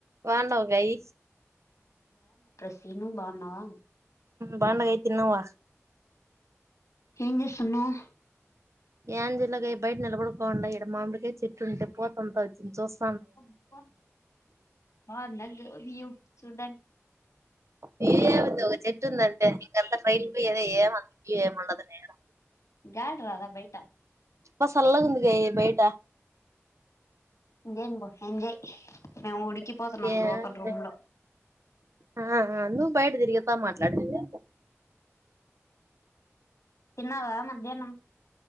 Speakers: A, on the right; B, on the left.
A: బాగుండవు గయి
B: సీను బాగున్నావా
A: బాగున్న గయి తిన్నావా
B: ఏం చేస్తున్నావ్
A: ఏంది గయి బయట నిలవోడకుండా ఇక్కడ మామిడిగాయ చెట్టుంటే పోత అంతా వచ్చి చూస్
B: అబ్బా బాగుందా యు చూడ్డాని
A: న్యూ ఏమింది ఒక చెట్టు ఉందింటే ఇంకంతా ట్రైల్ పోయ అద ఏమ న్యూ ఏం ఉండదు గయి
B: గాలి రాదా బయట
A: బ సల్లగ ఉంది గయి బయట
B: ఎంజాయ్ పో ఎంజాయ్ మేము ఉడికిపోతున్నాం
A: ఏంది
B: లోపల రూమ్ లో
A: ఆ ఆ నువ్వు బయట తిరిగితా మాట్లాడతివి
B: తిన్నావా మధ్యాహ్నం